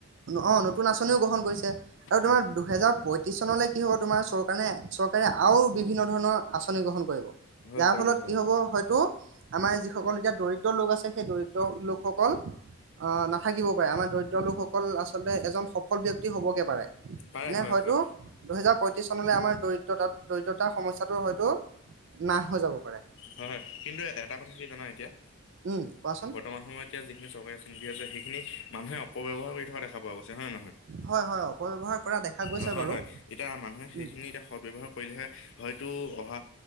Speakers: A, on the right (about 55°); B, on the left (about 55°).
A: অহ' নতুন আঁচনিও গ্ৰহণ কৰিছে, আৰু
B: হয়
A: তোমাৰ
B: হয়
A: দুহেজাৰ পয়ত্ৰিশ চনলৈ কি হ'ব তোমাৰ চৰকাৰে চৰকাৰে আৰু বিভিন্ন ধৰণৰ আঁচনি গ্ৰহণ কৰিব।
B: হয়
A: যাৰ
B: কৰিব
A: ফলত
B: হয়
A: কি হ'ব
B: হয়
A: হয়তো, আমাৰ যিসকল এতিয়া দৰিদ্ৰ দৰিদ্ৰ লোক আছে, সেই দৰিদ্ৰ লোকসকল অহ, নাথাকিব পাৰে, আমাৰ দৰিদ্ৰ লোকসকল সকল আচল এজন সফল ব্যক্তি হ'বগে পাৰে,
B: পাৰে
A: এনে
B: হয়
A: হয়তো
B: হয়
A: প্ৰতি চনলে আমাৰ দৰিদ্ৰতা, দৰিদ্ৰতাৰ সমস্যাতটো হয়তো নাশ হৈ যাব পাৰে।
B: হয় হয় কিন্তু এটা কথা কি জানা এতিয়া,
A: উম কোৱাচোন
B: বৰ্তমান সময়ত এতিয়া যিখিনি চৰকাৰ আঁচনি দি আছে সেইখিনি মানুহে অপব্যৱহাৰ কৰি থকা দেখা পোৱা গৈছে হয় নে নহয়।
A: হয় হয় অপব্যৱহাৰ কৰা দেখা গৈছে
B: হয়, হয়,
A: বাৰু
B: হয় এতিয়া মানুহে সেইখিনি
A: উম
B: সত ব্যৱহাৰ কৰিলেহে হয়তো অহা,